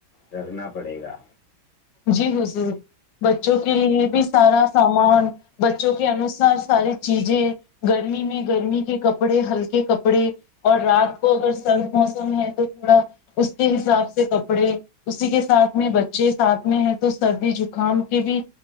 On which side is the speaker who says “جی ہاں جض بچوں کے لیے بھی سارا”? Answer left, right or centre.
Left